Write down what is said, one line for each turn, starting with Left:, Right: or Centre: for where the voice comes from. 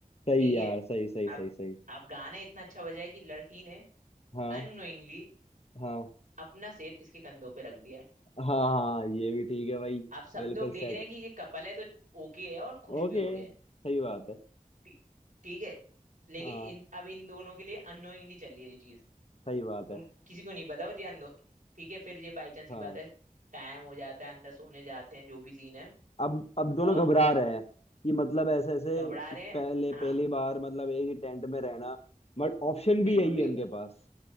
Left: सही
Right: ठीक
Left: यार
Right: है
Left: सही सही सही
Right: अब
Left: सही
Right: अब गाना इतना अच्छा बजा है कि लड़की ने
Left: हाँ
Right: अननोइंगली
Left: हाँ
Right: अपना सिर इसके कंधों पे रख दिया है
Left: हाँ हाँ ये भी ठीक है भाई
Right: अब सब
Left: बिल्कुल
Right: लोग देख
Left: सेट
Right: रहे हैं कि ये कपल है तो ओके है और खुश
Left: ओके
Right: भी हो रहे हैं
Left: सही बात है
Right: ठीक ठीक है लेकिन
Left: हाँ
Right: इन अब इन दोनों के लिए अननोइंगली चल रही है ये चीज
Left: सही बात है
Right: उन किसी को नहीं पता वो जी अननोन ठीक है फिर ये बाई चांस
Left: हाँ
Right: की बात है टाइम हो जाता है अंदर सोने जाते हैं जो भी सीन है
Left: अब अब दोनों
Right: और
Left: घबरा रहे हैं कि मतलब ऐसे ऐसे
Right: घबरा रहे हैं
Left: पहले पहली
Right: हाँ
Left: बार मतलब एक ही टेंट में रहना बट ऑप्शन
Right: बिल्कुल
Left: भी यही
Right: बिल्कुल
Left: है उनके पास